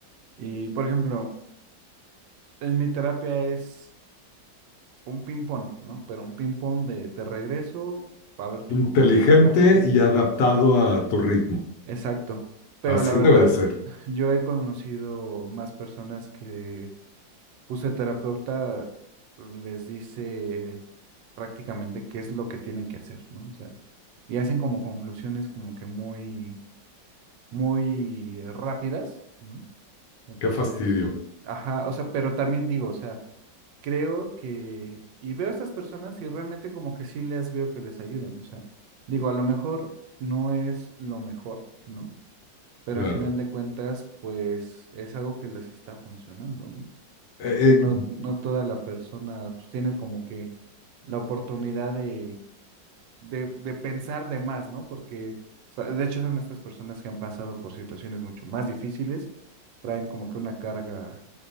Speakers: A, on the right; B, on the left.
A: y, por ejemplo, en mi terapia es un ping-pong, ¿no? Pero un ping-pong de te regreso a ver tú
B: Inteligente
A: cómo lo cachas.
B: y adaptado a tu ritmo.
A: Exacto. Pero
B: Así
A: la verdad,
B: debe de ser.
A: yo he conocido más personas que puse terapeuta les dice prácticamente qué es lo que tienen que hacer, ¿no? O sea, y hacen como conclusiones como que muy, muy rápidas, ¿no? Entonces,
B: Qué fastidio,
A: ajá, o sea, pero también digo, o sea, creo que, y veo a estas personas y realmente como que sí les veo que les ayuden, o sea, digo, a lo mejor no es lo mejor, ¿no? Pero
B: claro.
A: al final de cuentas, pues es algo que les está funcionando, ¿no?
B: Eh,
A: Porque no, no toda la persona, pues tienen como que la oportunidad de, de, de pensar de más, ¿no? Porque, o sea, de hecho, son estas personas que han pasado por situaciones mucho más difíciles, traen como que una carga